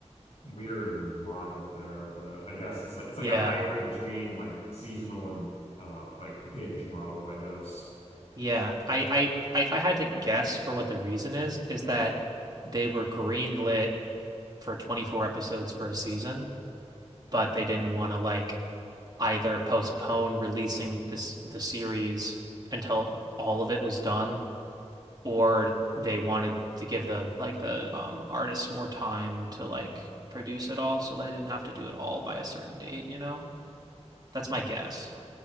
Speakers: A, on the left; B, on the right.
A: a weird model there, but I guess it's like it's like
B: yeah
A: a hybrid between like seasonal and uh like binge model, I guess.
B: Yeah, I, I, if I had to guess for what the reason is, is that they were greenlit for 24 episodes for a season, but they didn't want to like either postpone releasing this the series until all of it was done, or they wanted to give the like the um artists more time to like produce it all, so they didn't have to do it all by a certain date, you know? That's my guess.